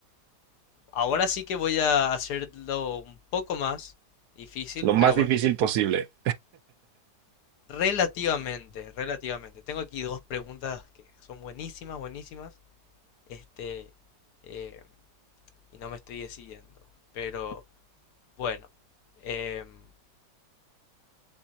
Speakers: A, on the left (about 70°); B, on the right (about 70°).
A: Ahora sí que voy a hacerlo un poco más difícil,
B: Lo más
A: pero bueno,
B: difícil posible.
A: relativamente, relativamente. Tengo aquí dos preguntas que son buenísimas, buenísimas. Este, eh, y no me estoy decidiendo. Pero bueno, em,